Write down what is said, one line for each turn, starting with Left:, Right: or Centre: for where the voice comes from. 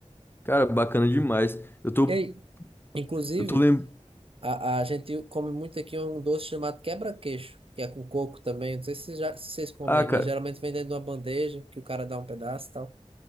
Left: Cara, bacana demais. Eu tô,
Right: E aí, inclusive,
Left: eu tô lembrando.
Right: a, a gente come muito aqui um doce chamado quebra-queixo, que é com coco também. Não sei se, já, se vocês comem,
Left: Ah, cara,
Right: mas geralmente vem dentro de uma bandeja que o cara dá um pedaço e tal.